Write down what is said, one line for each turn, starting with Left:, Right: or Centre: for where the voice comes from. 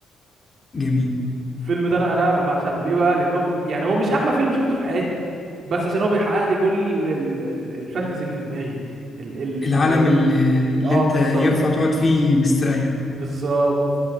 Left: جميل
Right: الفيلم ده انا انا بعشقه ليه بقى لان هو بي- يعني هو مش احلى فيلم شفته في حياتي بس عشان هو بيحقق لي كل ال- ال- ال- الفانتازي اللي في دماغي ال ال
Left: العالم اللي,
Right: ال-
Left: اللي
Right: اه
Left: انت
Right: بالظبط
Left: ينفع تقعد فيه مستريح
Right: بالظبط